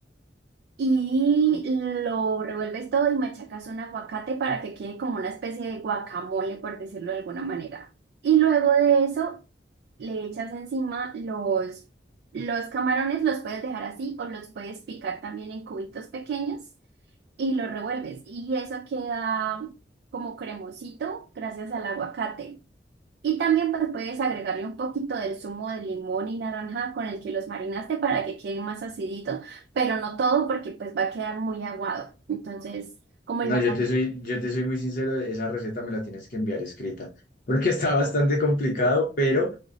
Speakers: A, on the right; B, on the left.
A: Y lo revuelves todo y machacas un aguacate para que quede como una especie de guacamole, por decirlo de alguna manera. Y luego de eso le echas encima los, los camarones, los puedes dejar así o los puedes picar también en cubitos pequeños y los revuelves. Y eso queda como cremosito gracias al aguacate. Y también pues puedes agregarle un poquito del zumo de limón y naranja con el que los marinaste para que queden más aciditos, pero no todo porque pues va a quedar muy aguado. Entonces, como
B: No,
A: en la
B: yo
A: cantidad.
B: te soy, yo te soy muy sincero, esa receta me la tienes que enviar escrita, porque está bastante complicado, pero